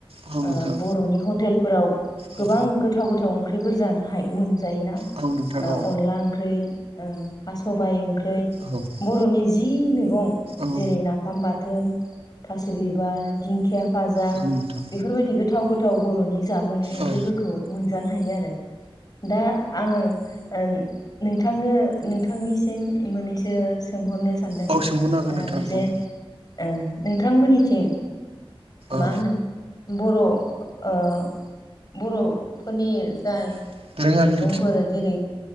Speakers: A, on the right; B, on the left.
A: औ नोंथां
B: ओ बर'नि हटेलफोराव
A: औ
B: गोबां गोथाव गोथाव ओंख्रिफोर जानो हा मोनजायो ना
A: औ नोंथां
B: ओ
A: औ
B: अनला ओंख्रै ओं हा सबाइ ओंख्रै
A: औ
B: बर'नि जि मे गं
A: औ
B: जेरै नाफाम बाथोन थास बिबार दिंखिया फाजा
A: औ नोंथां
B: बेफोरबायदि गोथाव गोथाव बर'नि जामुं ओंख्रिफोर
A: औ
B: खौ मोनजानो हायो आरो दा आङो ओ नोंथांनो नोंथांनिसिम मोननैसो सोंहरनो सान्दों
A: औ सोंहरनो हागोन
B: ओ
A: नोंथां
B: जेन ओ नोंथां मोनिथिं मा
A: औ
B: होनो बर' ओ बर'फोरनि जाय
A: <unintelligible>
B: फोर देरै